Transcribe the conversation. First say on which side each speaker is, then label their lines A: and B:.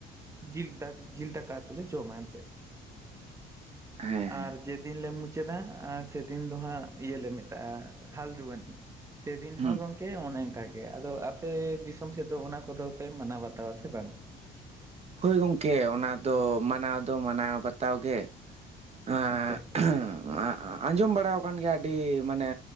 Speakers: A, on the right; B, on the right.
A: ᱡᱤᱞ ᱫᱟ ᱡᱤᱞ ᱫᱟᱠᱟ ᱛᱮ ᱡᱚᱢ ᱟ ᱮᱱᱛᱮ᱾
B: ᱦᱮᱸ ᱦᱮᱸ
A: ᱟᱨ ᱡᱮᱫᱤᱱ ᱞᱮ ᱢᱩᱪᱟᱹᱫᱟ ᱟᱨ ᱥᱮᱫᱤᱱ ᱫᱚ ᱦᱟᱸᱜ ᱤᱭᱟᱹᱞ ᱞᱮ ᱢᱮᱛᱟᱜ-ᱟ ᱦᱟᱞᱫᱩᱣᱟᱱᱤ ᱥᱮᱫᱤᱱ
B: ᱦᱩᱸ
A: ᱦᱚᱸ ᱜᱚᱝᱠᱮ ᱚᱱᱮ ᱚᱱᱠᱟ ᱜᱮ ᱟᱫᱚ ᱟᱯᱮ ᱫᱤᱥᱚᱢ ᱥᱮᱫ ᱫᱚ ᱚᱱᱟ ᱠᱚᱫᱚ ᱯᱮ ᱢᱟᱱᱟᱣ ᱵᱟᱛᱟᱣᱟ ᱥᱮ ᱵᱟᱝ
B: ᱦᱳᱭ ᱜᱚᱝᱠᱮ ᱚᱱᱟ ᱫᱚ ᱢᱟᱱᱟᱣ ᱫᱚ ᱢᱟᱱᱟᱣ ᱵᱟᱛᱟᱣ ᱜᱮ᱾ ᱟ,
A: ᱟᱪᱪᱷᱟ
B: ᱸ
A: ᱟᱪᱪᱷᱟ
B: ᱟᱸᱡᱚᱢ ᱵᱟᱲᱟᱣ ᱠᱟᱱ ᱜᱮᱭᱟ ᱟᱹᱰᱤ ᱢᱟᱱᱮ